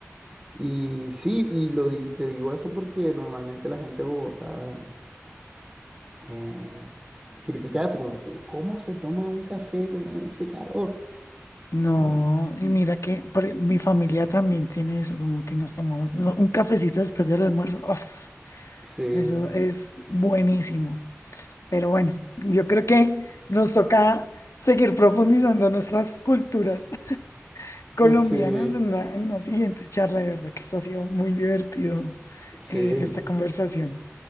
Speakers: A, on the right (about 20°); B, on the left (about 80°).
A: Y sí, y, lo, di- te digo eso porque normalmente la gente de Bogotá eh, critica eso, como, "Cu- ¿cómo se toma un café con ese calor?
B: No,
A: ¿No?
B: y mira que por e- mi familia también tiene eso, como que nos tomamos no, un cafecito después del almuerzo. uf,
A: Sí,
B: eso es buenísimo. Pero bueno, yo creo que nos toca seguir profundizando nuestras culturas <laughs> colombianas
A: sí,
B: en una, en una siguiente charla. De verdad que esto ha sido muy divertido,
A: sí.
B: eh, esta conversación.